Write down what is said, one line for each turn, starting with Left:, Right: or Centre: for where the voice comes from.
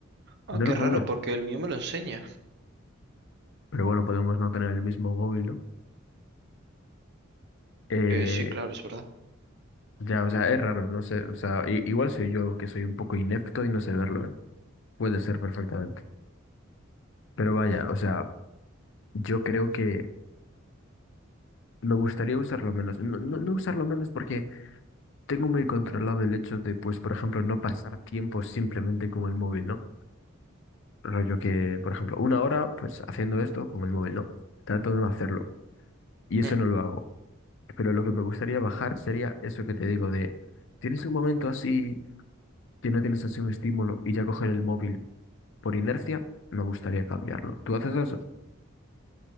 Right: Ah,
Left: no
Right: qué
Left: lo
Right: raro,
Left: puedo ver.
Right: porque el mío me lo enseña.
Left: Pero bueno, podemos no tener el mismo móvil, ¿no? Eh,
Right: Eh, sí, claro, es verdad.
Left: Ya, o sea, es raro, no sé, o sea, i- igual soy yo que soy un poco inepto y no sé verlo, ¿eh? Puede ser perfectamente. Pero vaya, o sea, yo creo que me gustaría usarlo menos, no, no, no usarlo menos porque tengo muy controlado el hecho de, pues, por ejemplo, no pasar tiempo simplemente con el móvil, ¿no? Rollo que, por ejemplo, una hora, pues, haciendo esto con el móvil, ¿no? Trato de no hacerlo y eso
Right: Mm,
Left: no lo hago. Pero lo que me gustaría bajar sería eso que te digo de, tienes un momento así que no tienes así un estímulo y ya coger el móvil por inercia, me gustaría cambiarlo. ¿Tú haces eso?